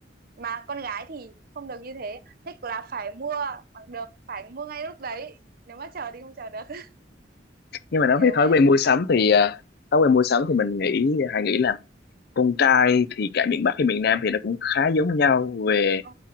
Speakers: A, on the right (about 50°); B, on the left (about 55°).
A: mà con gái thì không được như thế thích là phải mua bằng được phải mua ngay lúc đấy nếu mà chờ thì không chờ được <laughs>
B: nhưng mà nói
A: hiểu
B: về
A: vậy
B: thói quen mua sắm thì ờ, thói
A: ừ.
B: quen mua sắm thì mình nghĩ hay nghĩ là con trai thì cả miền Bắc hay miền Nam thì nó cũng khá giống nhau về
A: Ừ.